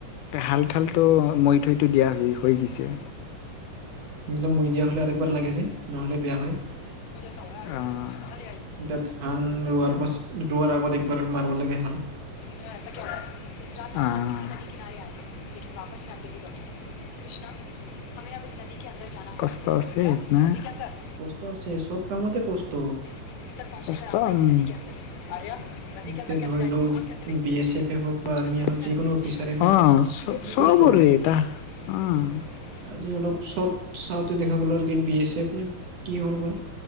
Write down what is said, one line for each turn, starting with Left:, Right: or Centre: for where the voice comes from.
Left: হাল-ঠালটো, মৈ থৈত দিয়া হৈ গৈছে।
Right: একদম মৈ দিয়া হ'লে আৰু এবাৰ লাগে যে, নহ'লে বেয়া হয়।
Left: অ',
Right: এতিয়া ধান ৰোৱাৰ পাছত, ৰোৱাৰ আগত একবাৰ মাৰিব লাগে হাল।
Left: অ', লেকিন বপস ন দেৰি কপিীয়ে কৃষ্ণা হমেৰা বাপিছ নদী কি আন্দৰ কষ্ট আছে ন।
Right: কষ্ট আছে, চব কামতে কষ্ট।
Left: উম্, অ',
Right: এতিয়া ধৰি লও বি এছ এফে
Left: চবৰে
Right: হওক বা আৰ্মিয়ে হওক যিকোনো অফিচাৰে হওক চবৰে
Left: আ,
Right: কষ্ট। আজি অলপ চৰ্ট চাওঁতে দেখা পালোঁ আৰু কি বি এ চেপ নে কি হয় বা,